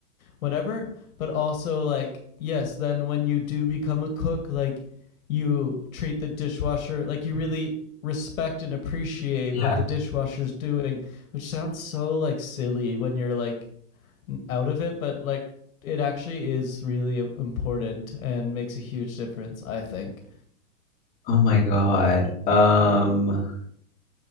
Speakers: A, on the left (about 65°); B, on the left (about 15°).
A: whatever. But also, like, yes, then when you do become a cook, like, you treat the dishwasher, like, you really respect and appreciate
B: Yeah.
A: what the dishwasher's doing, which sounds so, like, silly when you're, like, out of it, but, like, it actually is really important and makes a huge difference, I think.
B: Oh my God. Um